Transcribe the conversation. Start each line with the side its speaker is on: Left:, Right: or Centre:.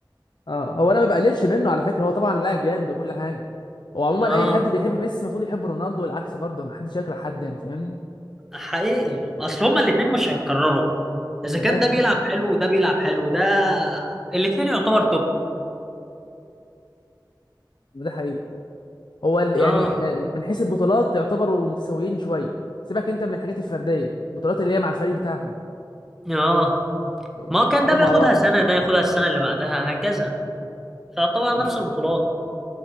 Left: اه هو انا ما بقللش منه على فكره هو طبعا لاعب جامد وكل حاجه هو عموما
Centre: اه
Left: اي حد بيحب ميسي المفروض يحب رونالدو والعكس برضه ما حدش يكره حد يعني فاهمني
Centre: حقيقي اصل هما الاثنين مش هيتكرروا اذا
Left: من
Centre: كان
Left: الاخر
Centre: ده بيلعب
Left: اه
Centre: حلو وده بيلعب حلو ده الاثنين يعتبر توب
Left: ده حقيقي هو ال- يعني
Centre: اه
Left: آه، من حيث البطولات يعتبروا متساويين شويه سيبك انت من الحاجات الفرديه البطولات اللي هي مع الفريق بتاعهم
Centre: اه
Left: يعني
Centre: ما هو كان
Left: حققوا
Centre: ده بياخدها
Left: مع بعض
Centre: سنه ده ياخدها السنه اللي بعدها هكذا تعتبر
Left: اه
Centre: نفس البطولات